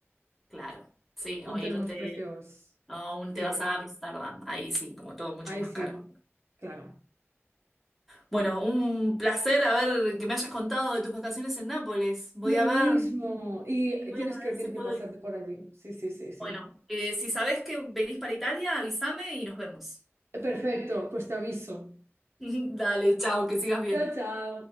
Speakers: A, in the centre; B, on the right.
A: Claro, sí,
B: Aún
A: o irte,
B: tenemos precios.
A: o un-
B: Sí,
A: te vas a Ámsterdam, ahí sí, como todo mucho
B: ahí
A: más
B: sí,
A: caro.
B: claro.
A: Bueno, un placer haber que me hayas contado de tus vacaciones en Nápoles. Voy
B: Lo
A: a ver,
B: mismo. Y
A: voy
B: tienes
A: a
B: que,
A: ver
B: tienes
A: si puedo
B: que pasarte
A: ir.
B: por allí. Sí, sí, sí, sí.
A: Bueno, eh, si sabés que venís para Italia, avísame y nos vemos.
B: Perfecto, pues te aviso.
A: <laughs> Dale, chao, que sigas bien.
B: Chao, chao.